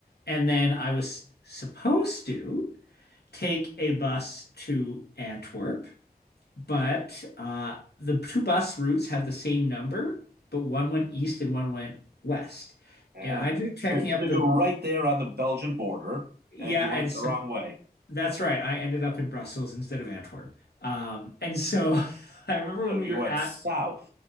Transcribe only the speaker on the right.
Yeah.
So,
so
you're right there on the Belgian border,
and you went
the wrong way.
So
you
went
south